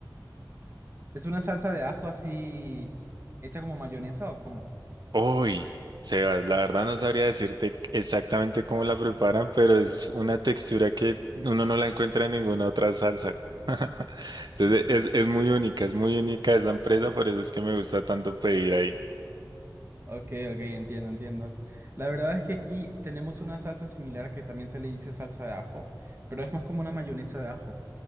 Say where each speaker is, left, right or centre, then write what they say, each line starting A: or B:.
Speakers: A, on the right; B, on the right.
A: ¿Es una salsa de ajo así hecha como mayonesa o cómo?
B: Uy, Sebas, la verdad no sabría decirte exactamente cómo la preparan, pero es una textura que uno no la encuentra en ninguna otra salsa. <laughs> Entonces es, es muy única, es muy única esa empresa, por eso es que me gusta tanto pedir ahí.
A: Ok, ok, entiendo, entiendo. La verdad es que aquí tenemos una salsa similar que también se le dice salsa de ajo, pero es más como una mayonesa de ajo.